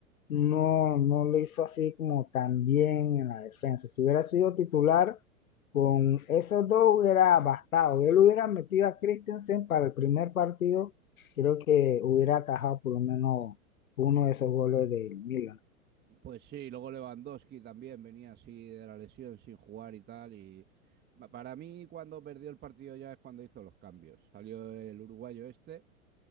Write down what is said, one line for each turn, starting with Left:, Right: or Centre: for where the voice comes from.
Left: no, no lo hizo así como tan bien en la defensa. Si hubiera sido titular, con esos dos hubiera bastado. Él hubiera metido a Christensen para el primer partido, creo que hubiera atajado por lo menos uno de esos goles del Milan.
Right: Pues sí, luego Lewandowski también venía así de la lesión sin jugar y tal. Y para mí, cuando perdió el partido ya es cuando hizo los cambios. Salió el uruguayo este,